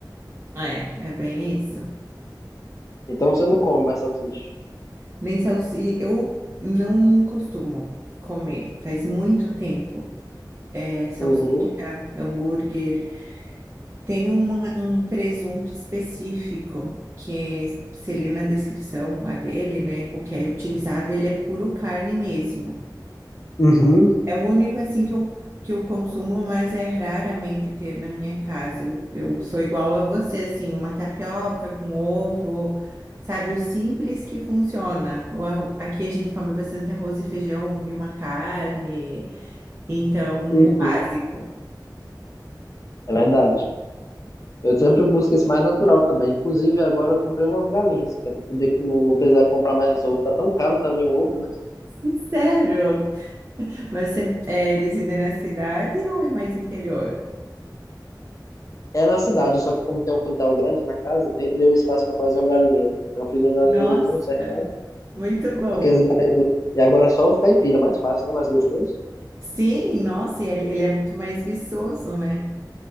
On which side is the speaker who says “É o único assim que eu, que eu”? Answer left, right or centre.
Right